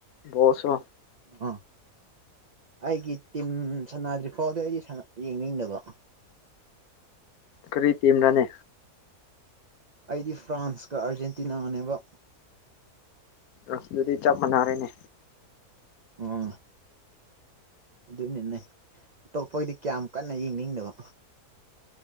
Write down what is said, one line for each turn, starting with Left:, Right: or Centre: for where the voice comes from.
Left: ꯕꯣꯁꯨ
Right: ꯑꯥ ꯑꯩꯒꯤ ꯇꯤꯝ ꯁꯅꯥꯗ꯭ꯔꯤ ꯐꯥꯎꯗ ꯑꯩꯒꯤ ꯌꯦꯡꯅꯤꯡꯗꯕ
Left: ꯈꯔꯤ ꯇꯤꯝ ꯔꯅꯦ
Right: ꯑꯩꯗꯤ ꯐ꯭ꯔꯥꯟꯁꯀ ꯑꯥꯔꯖꯦꯟꯇꯤꯅꯥꯅꯦꯕ
Left: ꯔꯁꯗꯤ ꯆꯥꯞ ꯃꯅꯔꯦꯅꯦ
Right: ꯎꯝ ꯑꯗꯨꯅꯤꯅꯦ ꯑꯇꯣꯞꯄꯒꯤꯗꯤ ꯀꯌꯥꯝ ꯀꯟꯅ ꯌꯦꯡꯅꯤꯡꯗꯕ